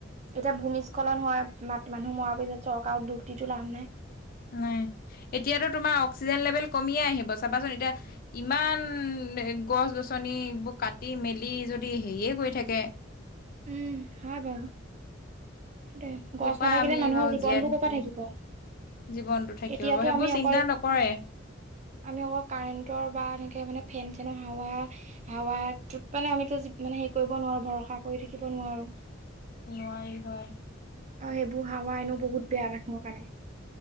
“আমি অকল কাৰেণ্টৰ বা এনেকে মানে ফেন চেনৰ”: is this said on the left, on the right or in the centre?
Right